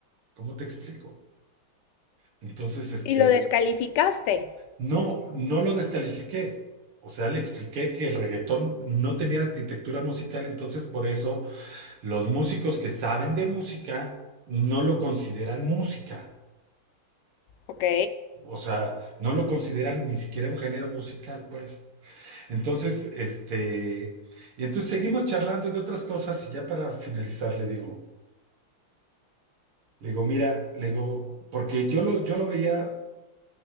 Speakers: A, on the right; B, on the left.
A: ¿Cómo te explico? Entonces, este,
B: Y lo descalificaste.
A: no, no lo descalifiqué. O sea, le expliqué que el reggaetón no tenía arquitectura musical, entonces por eso los músicos que saben de música no lo consideran música.
B: Ok.
A: O sea, no lo consideran ni siquiera un género musical, pues. Entonces, este, y entonces seguimos charlando y de otras cosas y ya para finalizar le digo, le digo, mira, le digo, porque yo lo, yo lo veía